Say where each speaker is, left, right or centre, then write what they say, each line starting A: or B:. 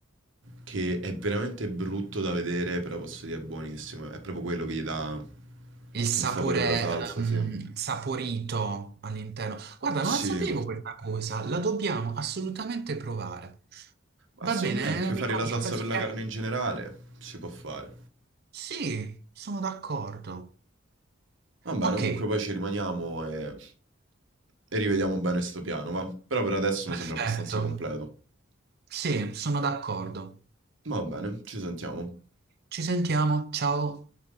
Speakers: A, on the right; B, on the right.
A: che è veramente brutto da vedere, però posso dire è buonissimo. È proprio quello che gli dà
B: Il sapore
A: il sapore della salsa,
B: ehm,
A: sì.
B: saporito all'interno. Guarda,
A: Sì,
B: non la sapevo questa cosa, la dobbiamo assolutamente provare. Va
A: ma secondo
B: bene,
A: me anche
B: amico
A: fare la
B: mio,
A: salsa
B: penso
A: per
B: che
A: la carne in generale si può fare.
B: sì, sono d'accordo.
A: Va bene,
B: Ok,
A: comunque poi ci rimaniamo e, e rivediamo bene sto piano, va. Però per adesso
B: perfetto.
A: mi sembra abbastanza completo.
B: Sì, sono d'accordo.
A: Va bene, ci sentiamo.
B: Ci sentiamo, ciao.